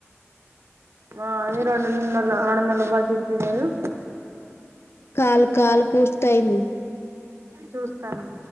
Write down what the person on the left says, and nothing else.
కాల్ కాల్ పూర్తయింది.